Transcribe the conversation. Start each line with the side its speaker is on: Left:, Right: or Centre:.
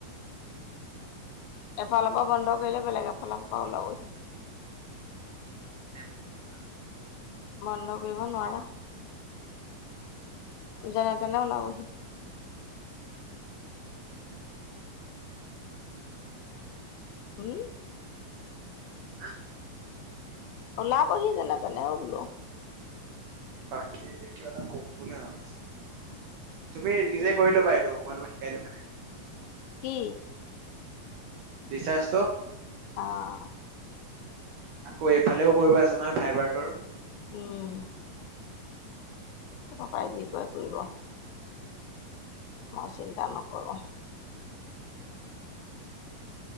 Left: এফালৰ পৰা বন্ধ কৰিলে বেলেগ ফালৰ পৰা ওলাবহি।
Right: কৈছা
Left: বন্ধ কৰিব নোৱাৰা, যেনে তেনে ওলাবহি। উম।
Right: হা।
Left: ওলাবহি যেনে তেনে অ বোলো।
Right: বাকী কিবা এটা কম বুলি ভাবিছিলোঁ। তুমি নিজে
Left: কি
Right: কৰিলবা এইটো। মই তোমাক শিকায় দিম কেনেকে
Left: কি?
Right: ৰিচাৰ্জটো।
Left: অ'।
Right: আকৌ এইফালেও কৰিব আছে নহয়, ফাইবাৰটোৰ।
Left: উম তাই যি কৰে কৰিব। অহ চিন্তা নকৰোঁ